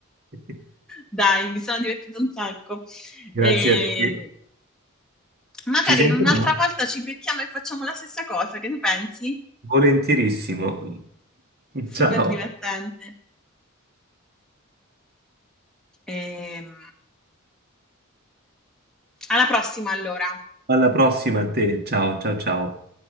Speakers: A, on the right; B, in the centre.
A: <laughs>
B: Dai, mi sono divertita un sacco.
A: Grazie
B: E
A: a te.
B: magari
A: Ci sentiamo?
B: un'altra volta ci becchiamo e facciamo la stessa cosa, che ne pensi?
A: Volentierissimo.
B: Super
A: <laughs> Ciao.
B: divertente. Ehm, alla prossima allora.
A: Alla prossima a te. Ciao, ciao, ciao.